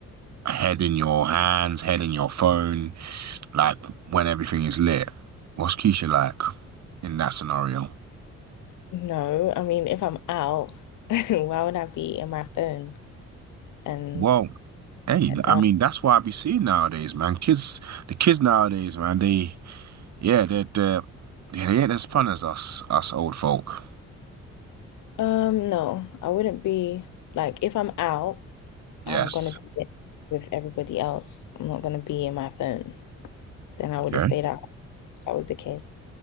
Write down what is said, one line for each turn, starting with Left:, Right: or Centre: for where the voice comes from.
Right: head in your hands head in your phone like when everything is lit what's Keisha like in that scenario
Left: no. I mean, if I'm out, <laughs> why would I be in my phone and
Right: well Hey,
Left: head
Right: I
Left: down?
Right: mean that's what I be seeing nowadays, man. Kids, the kids nowadays, man. They, yeah, they're, they're yeah, they ain't as fun as us, us old folk.
Left: Um, no, I wouldn't be like, if I'm out,
Right: Yes.
Left: I'm gonna be with everybody else. I'm not gonna be in my phone. Then I
Right: Okay.
Left: would have stayed out. that was the case.